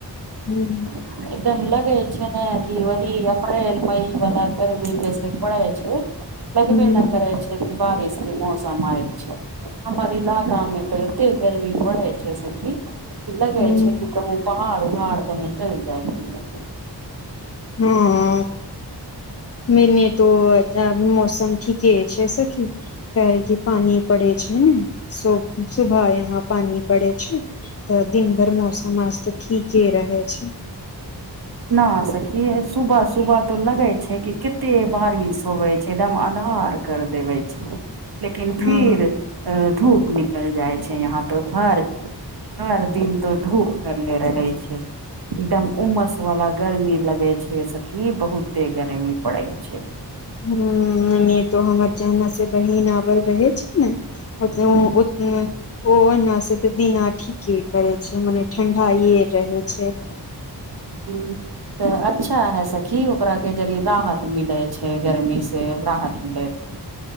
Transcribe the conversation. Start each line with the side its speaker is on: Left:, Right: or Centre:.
Left: हुँ
Right: एकदम लगे छै नऽ कि वही अप्रैल मई वला गर्मी जैसे पड़े छै लगबे
Left: हँ
Right: नऽ करै छै कि बारिश केँ मौसम आयल छै हम्मर इलाका मे तऽ एते गर्मी पड़ै छै‌ सखी की लगे
Left: हँ
Right: छै कि कहुँ पहाड़ उहाड़ देने चैल जाइ छिये
Left: हँ मेनी तो <unintelligible> मौसम ठीके छै सखी काहे की पानि पड़े छै ने सु - सुबह यहाँ पानी पड़े छै तऽ दिन भर मौसम आज तऽ ठीके रहै छै
Right: नऽ सखी यै सुबह सुबह तो लगे छै कि केते बारिश होवे छै एकदम अन्धार कर देबै छै
Left: <inaudible>
Right: लेकिन फिर
Left: हँ
Right: अ धूप निकलि जाइ छै यहाँ तो भर भर दिन तो धूप करनेे रहै छै एकदम उमस वाला गर्मी लगे छै सखी बहुते गर्मी पड़े छै
Left: हुँ एमे तो हमर जेहना से बहिन आबल रहे छै नऽ ओतए
Right: हूँ
Left: ओत ओ ओना से तऽ दिना ठीके करे छै मने ठंडाये रहे छै
Right: हुँ तऽ अच्छा है सखी ओकरा केँ जरि राहत मिलै छै गर्मी से राहत मिलैत